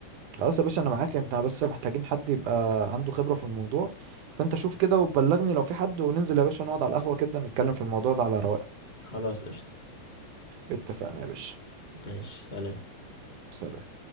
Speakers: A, on the right; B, on the left.
A: خلاص يا باشا انا معاك انت بس محتاجين حد يبقى عنده خبره في الموضوع فانت شوف كده وبلغني لو في حد وننزل يا باشا نقعد على القهوه كده نتكلم في الموضوع ده على رواق
B: خلاص قشطه
A: اتفقنا يا باشا
B: ماشي سلام
A: سلام